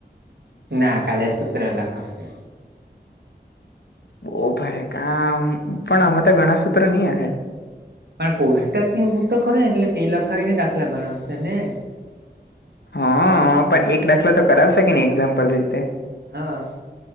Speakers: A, on the right; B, on the left.
A: ના કાલે સૂત્ર લખાવશે.
B: બો ભારે કામ પણ આમાં તો ગણા સૂત્ર ની અહે.
A: પણ કોષ્ટક ની ઉઊ તો ખરે એટલે તે લખાવી ને દાખલા ગણાવશે ને?
B: હાઅ પણ એક દાખલો તો કરાવશે કે ની એક્ઝામ્પલ રીતે?
A: હા.